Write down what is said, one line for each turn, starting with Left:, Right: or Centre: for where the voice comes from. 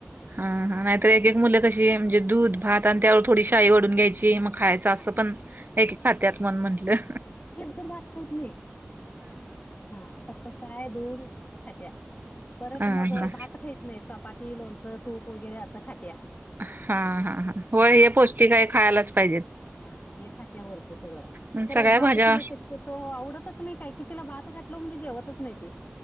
Right: हा हा. तर एक एक मुलं कशी म्हणजे दूध भात आणि त्यावर थोडी शाई वरुन घ्यायची म खायच असं
Left: हा.
Right: पण एक एक खात्यात म्हणून म्हटलं.
Left: गर भात खहीत नाही हा. फक्त साय दूर खात्या परत
Right: हा
Left: मग
Right: हा
Left: भात खायत नाहीत. चपाती, लोणचं, तूप वगैरे असं खाते.
Right: हा हा हा व हे पौष्टिक आहे खायलाच पाहिजेत.
Left: हा हे खात्यावरत सगळं.
Right: मग
Left: खरं
Right: सगळ्या
Left: भात
Right: भाज्या
Left: तिला शक्यतो आवडतच नाही काही क तिला भात घातलं म्हणजे जेवतच नाही ते.